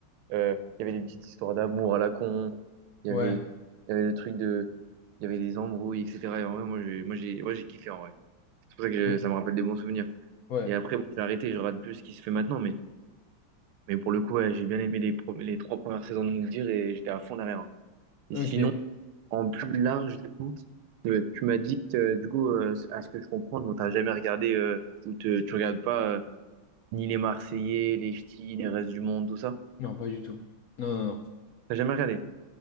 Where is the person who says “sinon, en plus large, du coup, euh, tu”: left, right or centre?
Right